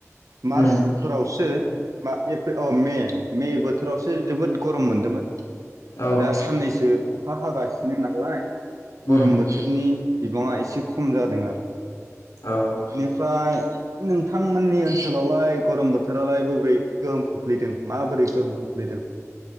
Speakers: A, on the right; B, on the left.
A: मार्चफोरावसो
B: उम
A: मा एप्रे अ मे मे बोथोरावसो जोबोद गरम मोनदोंमोन
B: औ
A: दा साननैसो अखा हागासिनो नालाय गरम
B: उम
A: बोथोरनि बिबांङा एसे खम जादों आरो
B: औ
A: बेनिफ्राय नोंथांमोननि ओनसोलावलाय गरम बोथोरालाय बोरै गोहोम खोख्लैदों माबोरै गोहोम खोख्लैदों?